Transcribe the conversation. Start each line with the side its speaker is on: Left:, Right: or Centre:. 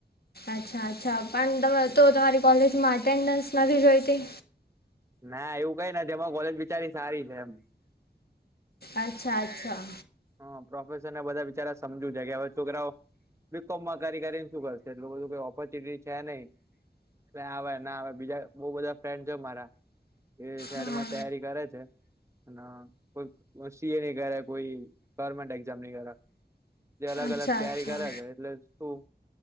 Left: અચ્છા અચ્છા પણ તમે તો તમારી કોલેજમાં અટેન્ડન્સ નથી જોઈતી
Right: ના એવું કઈ નથી અમારી કોલેજ બિચારી સારી છે એમ
Left: અચ્છા અચ્છા
Right: હા પ્રોફેસર ને બધા બિચારા સમજુ જ કે હવે છોકરાઓ બીકોમમાં કરી કરીને શું કરશે એટલું બધુ કોઈ ઓપોર્ચ્યુનિટી છે નહીં કોઈ આવે ના આવે બીજા બહુ બધા ફ્રેન્ડ છે મારા એ સાઈડમાં
Left: હા
Right: તૈયારી કરે છે અને કોઈ સી એ ની કરે કોઈ ગવર્મેન્ટ એક્ઝામની કરે એટલે અલગ
Left: અચ્છા
Right: અલગ તૈયારી
Left: અચ્છા
Right: કરે છે એટલે શું